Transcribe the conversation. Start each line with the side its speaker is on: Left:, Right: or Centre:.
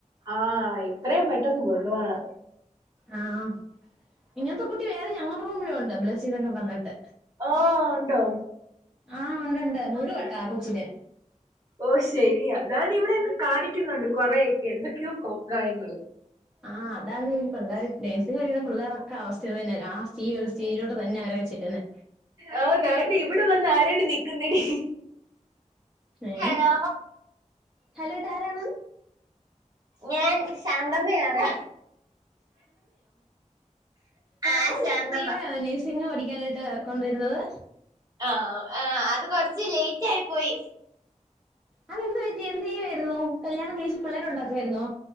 Right: ആഹ് എത്രയും പെട്ടന്ന് കൊണ്ടുവണം
Centre: ആഹ ഇങ്ങനത്തെ കുട്ടി വേറെ ഞങ്ങളുടെ റൂമിലുണ്ട് ബ്ലസീ ന്നൊക്കെ പറഞ്ഞിട്ട്.
Right: ആഹ് ണ്ടോ
Centre: ആഹ് ഉണ്ടണ്ട് മുഴുവട്ട കൊച്ചിന്
Right: ഓ ശരി അതാണ് ഇവിടെ ഇന്ന് കാണിക്കുന്നുണ്ട് കൊറെയൊക്കെ എന്തൊക്കെയോക്കപ്രായങ്ങള്.
Centre: ആഹ് അതാണ് പിള്ളേറെക്കെ നേഴ്സിംഗ് കഴിയുന്ന പിള്ളോരൊക്കെ അവസ്ഥ ഇതന്നെ ഒരു സ്റ്റേജിലോ തന്ന ന്നെ റി വച്ചില്ലന്ന്
Right: ആ നണ്ട് ഇവിടെ വന്ന് ആരാണ്ട് നിക്കുന്നടി.
Centre: ഏഹ്
Right: ഹലോ
Centre: ഹലോ ഇത് ആരാണ്
Right: ഞാൻ ശാന്തമ്മയാണ്
Centre: പ്രായമുള്ളസ്ത്രീകളെയെ
Right: ആഹ് ശാന്തമ്മ
Centre: നഴ്സിംഗ് പഠിക്കാനായിട്ട് കൊണ്ടുവരുന്നത്
Right: ആഹ ആ അത് കുറച്ച് ലേറ്റ് ആയി പോയി
Centre: അതെന്ത് പറ്റി എന്ത് ചെയ്യമായിരുന്നു കല്യാണം കഴിച്ചു പിള്ളേരെ ഉണ്ടാക്കയിരുന്നോ